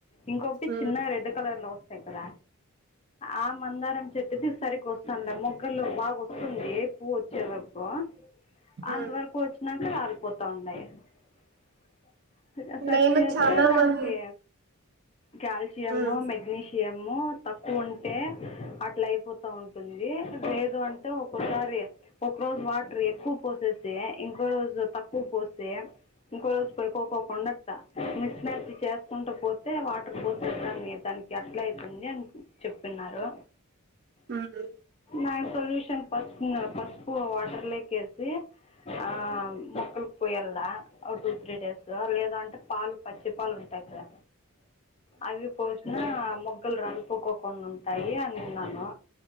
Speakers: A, on the left; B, on the right.
A: ఇంకొకటి
B: ఉమ్
A: చిన్న రెడ్ కలర్ లో క్కద ఆ మందారం చెట్టుది సరిగ్గా వస్తంది ఆ మొగ్గల్లు బాగా వస్తుంది పువ్ వచ్చే వరకు అంతవరకు
B: ఉమ్
A: వచ్చినాక రాలిపోతుంది <unintelligible> సర్చ్
B: నేను
A: చేస్తే
B: చానా
A: దానికి
B: మంది
A: కాల్షియము
B: ఉమ్
A: మెగ్నీషియము తక్కువ ఉంటే అట్లా అయిపోతా ఉంటుంది లేదు అంటే ఒకోసారి ఒక రోజు వాటర్ ఎక్కువ పోసేసే ఇంకో రోజు తక్కువ క్కువ పోస్తే ఇంకో రోజు పోయి పోకోకుండ మిస్మ్యాచ్ చేసుకుంటూ పోతే వాటర్ పోసే దాన్ని దానికి అట్లా అయితే ఉంది అని చెప్తున్నారు
B: ఉహు
A: <unintelligible> సొల్యూషన్ పసుపు పసుపు వాటర్ లేకేసి ఆ మోక్కకి పోయల్లా ఓ టూ త్రీ డేస్ లేద అంటే పాలు పచ్చి పాలు ఉంటాయి కదా అవి పోషీనా ఆ మెగ్గలు రాలిపోకోకుండా ఉంటాయి అని ఉన్నాను